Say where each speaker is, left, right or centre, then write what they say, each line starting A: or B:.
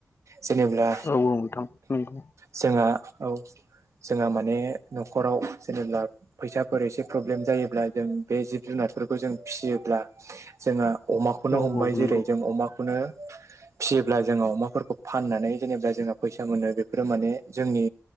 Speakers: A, on the right (about 65°); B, on the left (about 50°).
A: जेनेब्ला
B: औ औ नोंथां नंगौ
A: जोंहा औ जोंहा माने न'खराव जेनेब्ला। फैसाफोर एसे प्रब्लेम जायोब्ला जों बे जिब जुनारफोरखौ जों फिसियोब्ला जोंहा अमाखौनो
B: औ
A: हमबाय
B: औ
A: जेरै
B: नंगौ
A: जों अमाखौनो
B: <inaudible>
A: फिसियोब्ला जोङो अमाफोरखौ फाननानै जेनेबा जोंहा फैसा मोनो बेफोरो माने जोंनि